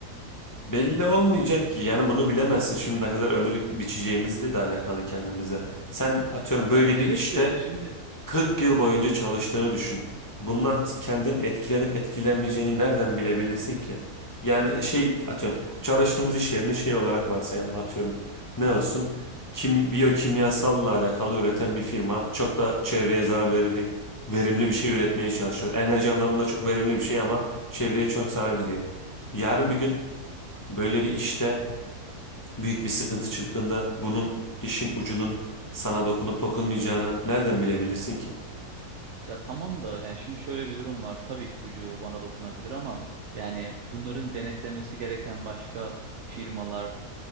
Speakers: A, on the left (about 25°); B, on the right (about 70°).
A: Belli olmayacak ki yani bunu bilemezsin şimdi ne kadar ömür biçeceğimizle de alakalı kendimize. Sen atıyorum
B: Ya
A: böyle
B: evet
A: bir işte
B: de şimdi
A: 40 yıl boyunca
B: Heh,
A: çalıştığını düşün. Bundan t- kendin etkilenip etkilenmeyeceğini nereden bilebilirsin ki? Yani şey atıyorum çalıştığımız iş yerini şey olarak varsayalım atıyorum. Ne olsun? Kim, biyokimyasalla alakalı üreten bir firma çok da çevreye zarar vererek verimli bir şey üretmeye çalışıyor. Enerji anlamında çok verimli bir şey ama çevreye çok zarar veriyor. Yarın
B: evet.
A: bir gün Böyle bir işte büyük bir sıkıntı çıktığında bunun işin ucunun sana dokunup dokunmayacağını nereden bilebilirsin ki?
B: Ya tamam da yani şimdi şöyle bir durum var. Tabii ki ucu bana dokunabilir ama yani bunların denetlemesi gereken başka firmalar,